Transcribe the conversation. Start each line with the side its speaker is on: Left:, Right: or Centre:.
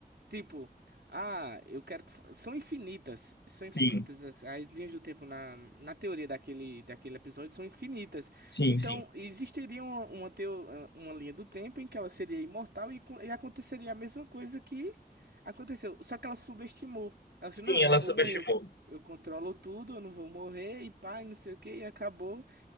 Right: Tipo, ah, eu quero que. fa- São infinitas. São infinitas.
Left: sim,
Right: As, as linhas do tempo na, na teoria daquele, daquele episódio são infinitas.
Left: sim,
Right: Então,
Left: sim.
Right: existiria uma, uma, teo- ah, uma linha do tempo em que ela seria imortal e, co- e aconteceria a mesma coisa que aconteceu. Só que ela subestimou. Ela disse:
Left: Sim,
Right: Não,
Left: ela
Right: não vou
Left: subestimou.
Right: morrer. Eu, eu controlo tudo, eu não vou morrer. E pá, e não sei o que. E acabou